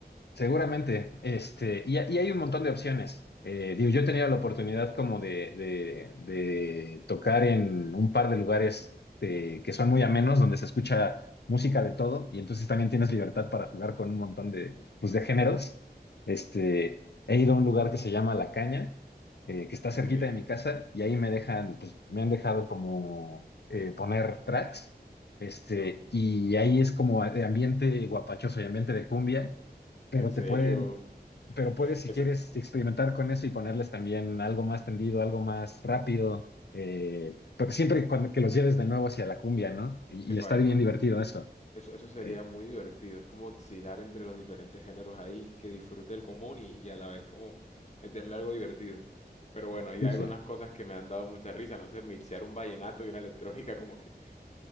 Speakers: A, on the left; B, on the left.
A: Seguramente, este, y, y hay un montón de opciones. Eh, digo, yo he tenido la oportunidad como de, de- de tocar en un par de lugares eh, que son muy amenos, donde se escucha música de todo, y entonces también tienes libertad para jugar con un montón de, pues, de géneros. Este, he ido a un lugar que se llama La Caña, eh, que está cerquita
B: Ok,
A: de mi casa, y ahí me dejan, pues, me han dejado como eh, poner tracks, este, y ahí es como de ambiente guapachoso y ambiente de cumbia pero
B: en serio.
A: te pueden, pero puedes si
B: Eso,
A: quieres experimentar con eso y ponerles también algo más tendido, algo más rápido, eh, pero siempre cuando, que los lleves de nuevo hacia la cumbia, ¿no? Y,
B: epa,
A: y está bien
B: epa.
A: divertido eso,
B: Eso, eso sería
A: eh,
B: muy divertido. Es como oscilar entre los diferentes géneros ahí, que disfrute el común y, y a la vez como meterle algo divertido. Pero bueno, hay
A: justo.
B: algunas cosas que me han dado mucha risa. No sé, mixear un vallenato y una electrónica como que,